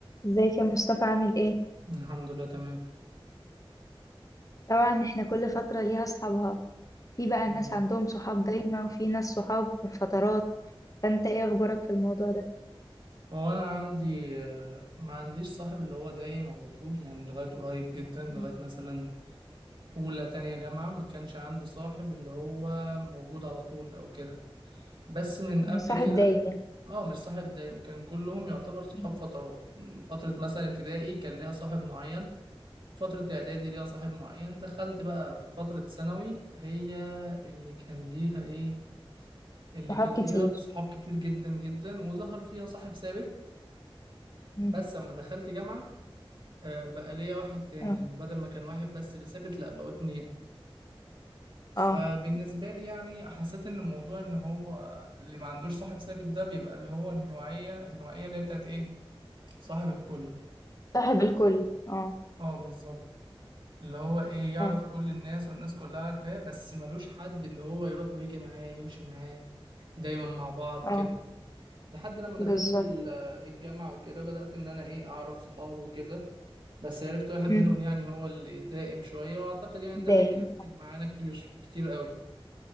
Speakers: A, on the left; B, on the right.
A: ازيك يا مصطفى عامل ايه
B: الحمد لله تمام
A: طبعا احنا كل فترة ليها اصحابها في بقى
B: مم.
A: ناس عندهم صحاب دايما وفي ناس صحاب فترات فانت ايه اخبارك في الموضوع ده
B: هو انا عندي آه، ما عنديش صاحب اللي هو دايم على طول يعني لغايه قريب جدا لغايه
A: مم.
B: مثلا اولى تانية جامعه ما كانش عندي صاحب اللي هو موجود على طول او كده بس من قبل
A: مش صاحب
B: كده
A: دايما يعني
B: اه مش صاحب دايم كان كلهم يعتبر صحاب
A: مم.
B: فترات من فتره مثلا ابتدائي كان ليها صاحب معين فتره اعدادي ليها صاحب معين دخلت بقى في فتره ثانوي هي اللي كان ليها ايه اللي
A: صحاب
B: كان
A: كتير
B: ليها صحاب كتير جدا جدا وظهر فيها صاحب ثابت
A: مم.
B: بس اما دخلت جامعة آه، بقى ليا واحد تاني
A: اه
B: يعني بدل ما كان واحد بس اللي ثابت لا بقوا اتنين فبالنسبة
A: اه
B: لي يعني حسيت ان موضوع ان هو اللي ما عندوش صاحب ثابت ده بيبقى اللي هو النوعية النوعية اللي هي بتاعت ايه صاحب الكل
A: صاحب الكل اه
B: اه بالظبط اللي هو ايه يعرف
A: أي.
B: كل الناس والناس كلها عارفاه بس ملوش حد اللي هو يروح ويجي معاه يمشي معاه دايما مع بعض
A: اه
B: كده لحد لما
A: بالظبط
B: دخلت ال- الجامعة وكده بدأت ان انا ايه اعرف صحابه وكده بس عرفت واحد
A: مم.
B: منهم يعني هو اللي دائم شوية وأعتقد يعني
A: دايم
B: ده هيكمل معانا كتير كتير قوي